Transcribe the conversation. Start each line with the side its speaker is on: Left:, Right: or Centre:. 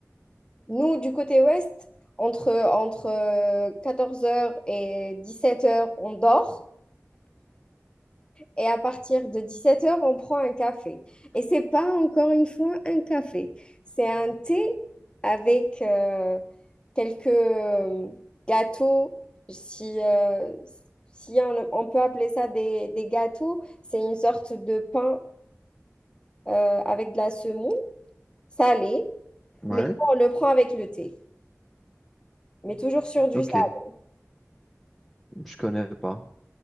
Left: Nous, du côté ouest, entre, entre euh, quatorze heures et dix sept heures on dort. Et à partir de dix sept heures on prend un café. Et c'est pas encore une fois un café. C'est un thé avec euh, quelques euh, gâteaux, si, euh, si on, on peut appeler ça des, des gâteaux, c'est une sorte de pain euh, avec de la semoule salée,
Centre: Ouais,
Left: mais on le prend avec le thé, mais toujours sur du
Centre: ok,
Left: sable.
Centre: je connais pas.